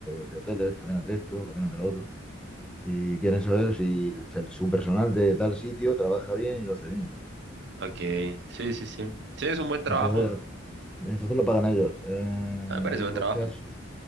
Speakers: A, in the centre; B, on the right (about 60°).
A: de hoteles, cadenas de esto, cadenas de lo otro. Y quieren saber si, el- su personal de tal sitio trabaja bien y lo hace bien.
B: Ok, sí, sí, sí. Sí, es un buen trabajo,
A: Entonces,
B: a
A: entonces lo pagan ellos. Eh, en
B: mí me parece
A: otros
B: buen trabajo.
A: casos,